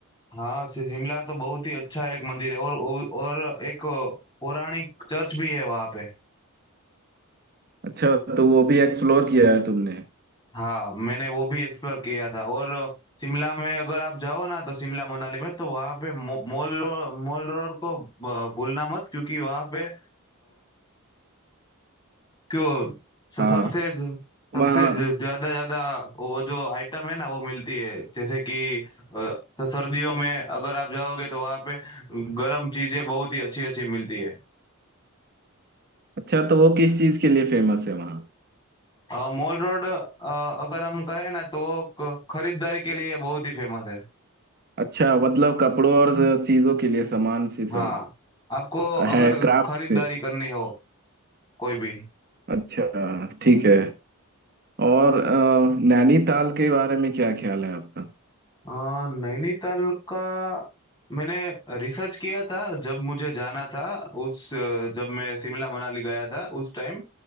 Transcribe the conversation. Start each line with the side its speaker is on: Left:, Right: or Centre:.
Left: हाँ शि- शिमला तो बहुत ही अच्छा एक मंदिर है और और और एक पौराणिक चर्च भी है वहाँ पे
Right: अच्छा तो वो भी एक्सप्लोर किया है तुमने
Left: हाँ मैंने वो भी एक्सप्लोर किया था और शिमला में अगर आप जाओ ना तो शिमला मनाली में तो वहाँ पे मो, मॉल रो- मॉल रोड को अ, भूलना मत क्योंकि वहाँ पे क्यों स-
Right: हाँ
Left: सबसे जो- सबसे
Right: वहाँ
Left: जो ज्यादा ज्यादा वो जो आइटम है ना वो मिलती है जैसे कि अ, तो सर्दियों में अगर आप जाओगे तो वहाँ पे गर्म चीजें बहुत ही अच्छी अच्छी मिलती है
Right: अच्छा तो वो किस चीज के लिए फेमस है वहाँ
Left: अ, मॉल रोड अ, अगर हम कहें ना तो वो क- खरीदारी के लिए बहुत ही फेमस है
Right: अच्छा मतलब कपड़ों और चीजों के लिए सामान से सब
Left: हाँ आपको अगर
Right: है क्राफ्ट
Left: खरीदारी
Right: से
Left: करनी हो कोई भी
Right: अच्छा ठीक है और अ, नैनीताल के बारे में क्या ख्याल है आपका
Left: अ, नैनीताल का मैंने रिसर्च किया था जब मुझे जाना था उस अ, जब मैं शिमला मनाली गया था उस टाइम